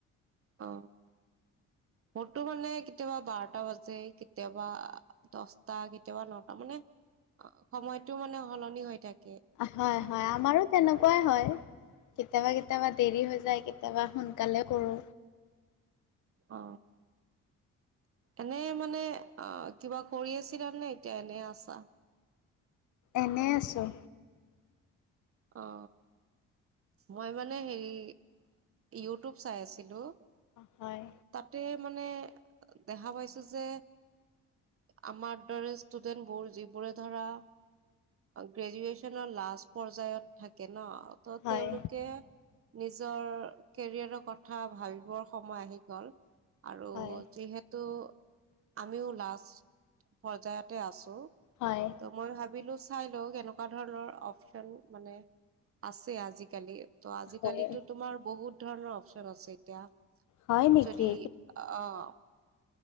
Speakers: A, on the right; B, on the left.
A: অ, মোৰটো মানে কেতিয়াবা বাৰটা বাজে কেতিয়াবা দচটা কেতিয়াবা নটা মানে অ সময়টো মানে সলনি হৈ থাক
B: হয় হয় আমাৰো তেনেকুৱাই হয়। কেতিয়াবা কেতিয়াবা দেৰি হৈ যায়, কেতিয়াবা সোনকালে কৰোঁ।
A: অ। এনে মানে আহ কিবা কৰি আছিলা নে এতিয়া এনে আছা?
B: এনে আছোঁ।
A: অ। মই মানে হেৰি ইউটিউব চাই আছিলো।
B: হয়।
A: তাতে মানে দেখা পাইছো যে আমাৰ দৰে ষ্টুডেণ্টবোৰ যিবোৰে ধৰা গ্ৰেজুৱেচনৰ লাষ্ট পৰ্যায়ত থাকে ন, ত
B: হয়
A: তেওঁলোকে নিজৰ কেৰিয়াৰৰ কথা ভাবিবৰ সময় আহি গল। আৰু
B: হয়
A: যিহেতু আমিও লাষ্ট পৰ্যায়তে আছো।
B: হয়।
A: ত মই ভাবিলো চাই লও কেনেকুৱা ধৰণৰ অপচন মানে আছে আজিকালি, ত' আজিকালি
B: হয়।
A: তোমাৰ বহুত ধৰণৰ চন আছে এতিয়া
B: হয় নেকি
A: যদি আহ